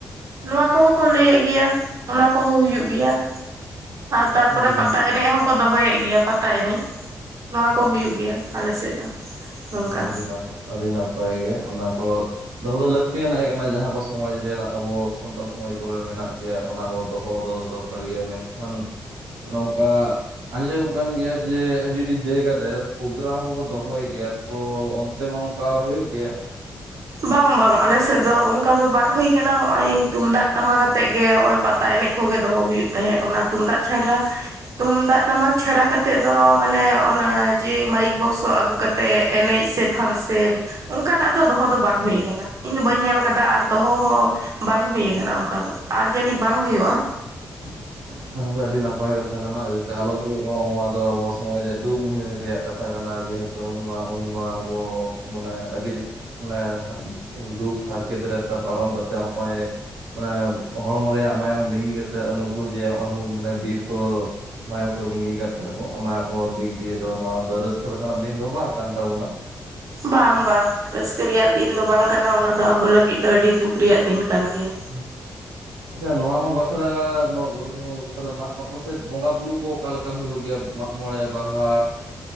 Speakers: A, on the right; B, on the right.
A: ᱱᱚᱣᱟ ᱠᱚᱦᱚᱸ ᱠᱚ ᱞᱟᱹᱭᱮᱫ ᱜᱮᱭᱟ᱾ ᱚᱱᱟ ᱠᱚᱦᱚᱸ ᱦᱩᱭᱩᱜ ᱜᱮᱭᱟ ᱟᱨ ᱛᱟᱨᱯᱚᱨᱮ
B: ᱟᱹᱰᱤ ᱱᱟᱯ
A: ᱯᱟᱛᱟ ᱮᱱᱮᱡ ᱦᱚᱸ ᱠᱚ ᱫᱚᱦᱚᱭᱮᱫ ᱜᱮᱭᱟ ᱯᱟᱛᱟ ᱮᱱᱮᱡ, ᱱᱚᱣᱟ ᱠᱚ ᱦᱩᱭᱩᱜ ᱜᱮᱭᱟ ᱟᱞᱮᱥᱮᱫ ᱫᱚ᱾ ᱱᱚᱝᱠᱟ
B: ᱟᱹᱰᱤ ᱱᱟᱯᱟᱭ ᱟᱹᱰᱤ ᱱᱟᱯᱟᱭ ᱜᱮ ᱚᱱᱟ ᱠᱚ ᱫᱚᱦᱚ ᱫᱚ ᱞᱟᱹᱠᱛᱤᱭᱟᱱᱟᱜ ᱜᱮ ᱠᱟᱱᱟ᱾ ᱡᱟᱦᱟᱸ ᱠᱚ ᱥᱚᱢᱟᱡᱽ ᱨᱮᱱᱟᱜ ᱟᱵᱚ ᱥᱟᱱᱛᱟᱲ ᱥᱚᱢᱟᱡᱽ ᱠᱚᱨᱮ ᱢᱮᱱᱟᱜ ᱜᱮᱭᱟ, ᱚᱱᱟ ᱠᱚ ᱫᱚᱦᱚ ᱫᱚ ᱫᱚᱨ ᱠᱟᱨ ᱜᱮᱭᱟ᱾ ᱢᱮᱱᱠᱷᱟᱱ ᱱᱚᱝᱠᱟ ᱟᱸᱡᱚᱢ ᱠᱟᱱ ᱜᱮᱭᱟ ᱡᱮ ᱟᱹᱰᱤ ᱟᱹᱰᱤ ᱡᱟᱭᱜᱟ ᱨᱮ ᱯᱨᱳᱜᱨᱟᱢ ᱠᱚᱠᱚ ᱫᱚᱦᱚᱭ ᱜᱮᱭᱟ᱾ ᱛᱚ ᱚᱱᱛᱮ ᱢᱟ ᱚᱱᱠᱟ ᱦᱳᱭᱳᱜ ᱜᱮᱭᱟ᱾
A: ᱵᱟᱝ ᱵᱟᱝ ᱟᱞᱮᱥᱮᱫ ᱫᱚ ᱚᱱᱠᱟ ᱫᱚ ᱵᱟᱝ ᱦᱩᱭ ᱠᱟᱱᱟ ᱦᱚᱜᱼᱚᱭ ᱛᱩᱢᱫᱟᱜ ᱴᱟᱢᱟᱠ ᱟᱛᱮ ᱜᱮ ᱱᱚᱜᱼᱚᱭ ᱯᱟ ᱛᱟ ᱮᱱᱮᱡ ᱠᱚᱜᱮ ᱫᱚᱦᱚ ᱦᱩᱭᱩᱜ ᱛᱟᱦᱮᱸᱫ, ᱚᱱᱟ ᱛᱩᱢᱫᱟᱜ ᱪᱷᱟᱲᱟ ᱛᱩᱢᱫᱟᱜ ᱴᱟᱢᱟᱠ ᱪᱷᱟᱲᱟ ᱠᱟᱛᱮᱜ ᱫᱚ ᱢᱟᱱᱮ ᱚᱱᱟ ᱡᱮ ᱢᱟᱭᱤᱠ ᱵᱚᱠᱥ ᱟᱹᱜᱩ ᱠᱟᱛᱮ ᱮᱱᱮᱡ ᱥᱮ ᱯᱷᱟᱱᱥᱮᱱ ᱚᱱᱠᱟᱱᱟᱜ ᱫᱚ ᱫᱚᱦᱚ ᱫᱚ ᱵᱟᱝ ᱦᱩᱭ ᱟᱠᱟᱱᱟ᱾ ᱤᱧ ᱫᱚ ᱵᱟᱹᱧ ᱧᱮᱞ ᱟᱠᱟᱫᱟ ᱟᱨ ᱫᱚᱦᱚ ᱦᱚᱸ ᱵᱟᱝ ᱦᱩᱭ ᱟᱠᱟᱱᱟ ᱚᱱᱠᱟ ᱫᱚ ᱟᱨ ᱡᱟᱹᱱᱤᱡ ᱵᱟᱝ ᱦᱩᱭᱩᱜᱼᱟ᱾
B: <inaudible> ᱚᱱᱟ ᱫᱚ ᱟᱹᱰᱤ ᱱᱟᱯᱟᱭ ᱠᱟᱛᱷᱟ ᱠᱟᱱᱟ᱾ ᱡᱟᱛᱮ ᱟᱞᱚ ᱦᱩᱭᱩᱜ ᱢᱟ ᱱᱚᱣᱟ ᱫᱚ ᱟᱵᱚ ᱥᱚᱢᱟᱡᱽ ᱨᱮ ᱫᱩᱠ ᱢᱩᱦᱤᱢ ᱨᱮᱭᱟᱜ ᱠᱟᱛᱷᱟ ᱠᱟᱱᱟ ᱡᱮᱦᱮ ᱛᱚ ᱩᱱᱢᱟ ᱩᱱᱢᱟ ᱟᱵᱚ ᱢᱟᱱᱮ ᱟᱹᱰᱤ ᱢᱟᱱᱮ ᱫᱩᱠ ᱦᱟᱨᱠᱮᱛ ᱨᱮ ᱯᱟᱨᱚᱢ ᱠᱟᱛᱮᱜ ᱦᱚᱸᱜᱼᱚᱭ ᱢᱟᱱᱮ ᱦᱚᱲᱢᱚ ᱨᱮᱭᱟᱜ ᱢᱟᱭᱟᱢ ᱞᱤᱸᱜᱤ ᱠᱟᱛᱮᱜ ᱱᱩᱠᱩ ᱡᱮ ᱱᱚᱜᱼᱚᱭ ᱢᱟᱱᱮ ᱵᱤᱨ ᱠᱚ ᱢᱟᱭᱟᱝ ᱠᱚ ᱞᱤᱸᱜᱤ ᱟᱠᱟᱫ ᱛᱟᱠᱚ᱾ ᱚᱱᱟ ᱠᱚ ᱫᱤᱠ ᱫᱤᱭᱮ ᱫᱚ ᱱᱚᱣᱟ ᱫᱚ ᱨᱟᱹᱥᱠᱟᱹ ᱞᱮᱠᱟᱱᱟᱜ ᱫᱤᱱ ᱫᱚ ᱵᱟᱝ ᱠᱟᱱ ᱛᱟᱵᱚᱱᱟ᱾
A: ᱵᱟᱝ ᱵᱟᱝ ᱨᱟᱹᱥᱠᱟᱹ ᱨᱮᱭᱟᱜ ᱫᱤᱱ ᱫᱚ ᱵᱟᱝ ᱠᱟᱱᱟ, ᱚᱱᱟᱫᱚ ᱟᱵᱚ ᱞᱟᱹᱜᱤᱫ ᱫᱚ ᱟᱹᱰᱤ ᱫᱩᱠ ᱨᱮᱭᱟᱜ ᱫᱤᱱ ᱠᱟᱱ ᱜᱮᱭᱟ᱾
B: ᱦᱮᱸ ᱟᱪᱪᱷᱟ ᱱᱚᱣᱟ ᱢᱟ ᱵᱟᱠᱷᱨᱟ <unintelligible> ᱛᱟᱦᱚᱞᱮ ᱟᱯᱮ ᱥᱮᱫ ᱵᱚᱸᱜᱟ ᱵᱩᱨᱩ ᱠᱚ ᱚᱠᱟᱞᱮᱠ ᱠᱟ ᱦᱩᱭᱩᱜ ᱜᱮᱭᱟ᱾ ᱢᱟᱜ ᱢᱚᱬᱮ, ᱵᱟᱦᱟ,